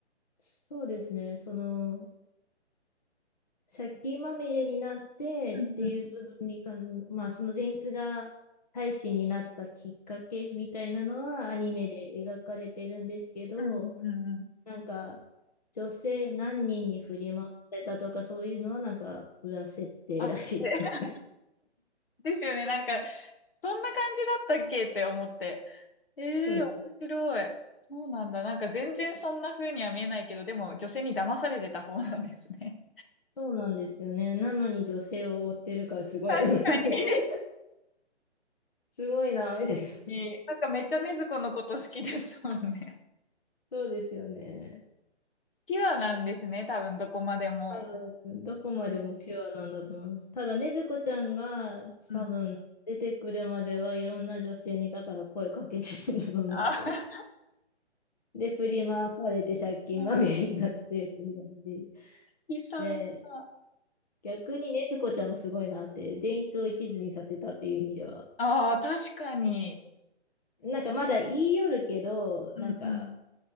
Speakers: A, on the left; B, on the left.
A: そうですね、その、借金まみれになってっていう部分にかん、
B: うんうん。
A: まあ、その善逸が大使になったきっかけみたいなのはアニメで描かれてるんですけど、
B: うんうんうん。
A: なんか女性何人に振り回されたとかそういうのはなんか裏設定らしいです。
B: あ、<laughs>
A: <laughs>
B: でですよね。なんか、そんな感じだったっけって思って。ええ面白い。
A: そうです。
B: そうなんだ。なんか全然そんな風には見えないけど、でも女性に騙されてた方なんですね。
A: そうなんですよね。なのに女性を追ってるからすごいよなって
B: 確かに。
A: <laughs>、すごいな、みたいな。
B: <laughs> ええなんかめっちゃ禰豆子のこと好きですもんね。
A: そうですよね。
B: ピュアなんですね、多分どこまでも。
A: 多分どこまでもピュアなんだと思います。
B: うん。
A: ただ、ねずこちゃんが多分出てくるまではいろんな女性にだから声かけてたんだろうなっていう。
B: うん。あ、
A: で、振り回されて借金まみれになってっていう感じ。
B: <laughs> 木さんは、
A: で、逆にねずこちゃんもすごいなって、善逸を一途にさせたっていう意味では。
B: ああ、確かに。
A: なんかまだ言い寄るけど、
B: うんうん。
A: なんか